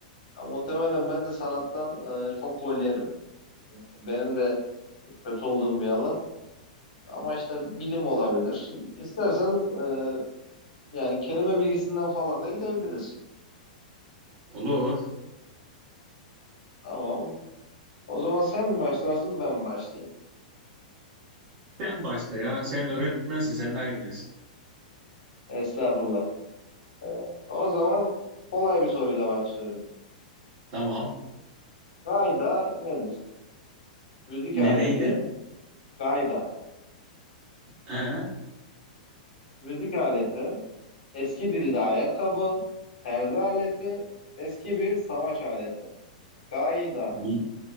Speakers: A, on the left; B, on the right.
A: Ya muhtemelen ben de sanattan e, çok gol yerim. Benim de kötü olduğum bir alan. Ama işte bilim olabilir. İstersen e, yani kelime bilgisinden falan da gidebiliriz.
B: Olur.
A: Tamam. O zaman sen mi başlarsın ben mi başlayayım?
B: Sen başla ya. Sen öğretmensin. Sen daha iyi bilirsin.
A: Estağfurullah. Ee, o zaman kolay bir soruyla başlıyorum.
B: Tamam.
A: Gayda nedir? Müzik
B: Ne
A: aleti,
B: neydi?
A: gayda.
B: Aha,
A: Müzik aleti, eski dilde ayakkabı, terzi aleti, eski bir savaş aleti. Gayda
B: mü-